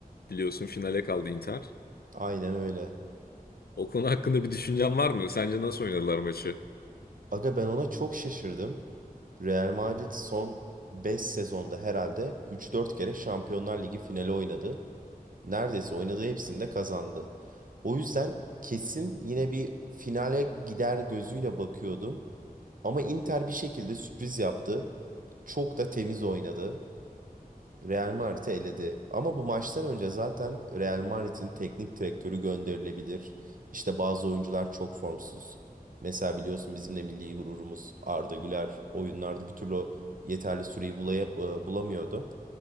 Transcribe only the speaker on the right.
Aynen öyle.
Aga ben ona çok şaşırdım. Real Madrid son 5 sezonda herhalde üç dört kere Şampiyonlar Ligi finali oynadı. Neredeyse oynadığı hepsini de kazandı. O yüzden kesin yine bir finale gider gözüyle bakıyordum. Ama Inter bir şekilde sürpriz yaptı. Çok da temiz oynadı. Real Madrid'i eledi. Ama bu maçtan önce zaten Real Madrid'in teknik direktörü gönderilebilir. İşte bazı oyuncular çok formsuz. Mesela biliyorsun bizim de milli gururumuz Arda Güler oyunlarda bir türlü yeterli süreyi bulaya- e, bulamıyordu.